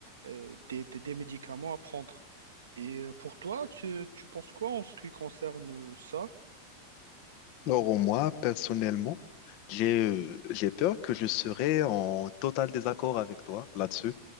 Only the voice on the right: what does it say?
euh, des, des- des médicaments à prendre. Et euh, pour toi, tu, tu penses quoi en ce qui concerne ça?